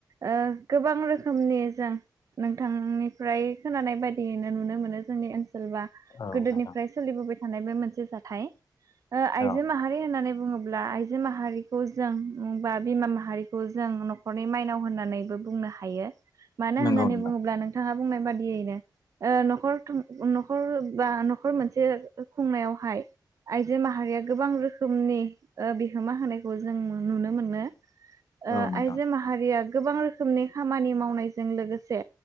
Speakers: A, on the right (about 45°); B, on the left (about 55°).
A: ओ गोबां रोखोमनि जों नोंथांनिफ्राय खोनानाय बायदियैनो नुनो मोनो जोंनि ओनसो सोलबा
B: औ
A: गोदोनिफ्राय
B: नोंथां
A: सोलिबोबाय थानाय बे मोनसे जाथाय। ओ आइजो
B: औ
A: माहारि होननानै बुङोब्ला आइजो जो माहारिखौ जों बा बिमा माहारिखौ जों न'खरनि माइनाव होननानैबो बुंनो हायो। मानो
B: नोंगौ
A: होननानै
B: नोंथां
A: बुङोब्ला नोंथाङा बुंनाय बादियैनो ओ न'खर थं न'खर बा न'खर मोनसे खुंनायावहाय आइजो माहारिया गोबां रोखोमनि बिहोमा होनायखौ जों नुनो मोनो। ओ
B: औ नोंथां
A: आइजो माहारिया गोबां रोखोमनि खामानि मावनायजों लोगोसे